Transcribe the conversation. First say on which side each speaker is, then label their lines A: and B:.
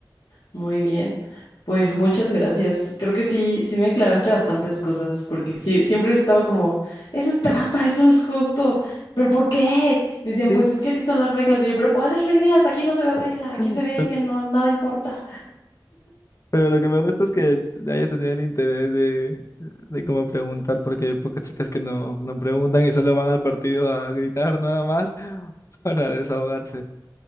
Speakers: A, on the left (about 85°); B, on the left (about 40°).
A: Muy bien. Pues muchas gracias. Creo que sí, sí me aclaraste bastantes cosas, porque sí, siempre estaba como, eso es trampa, eso no es justo, pero ¿por qué? Me decían,
B: Sí,
A: pues es que así son las reglas. Y yo, pero ¿cuáles reglas? Aquí no se ve regla, aquí
B: Mm.
A: se ve
B: pe-
A: que no, nada importa.
B: pero, lo que me gusta es que le hayas tenido el interés de, de cómo preguntar, porque hay pocas chicas que no, no preguntan y solo van al partido a gritar nada más <laughs> para desahogarse.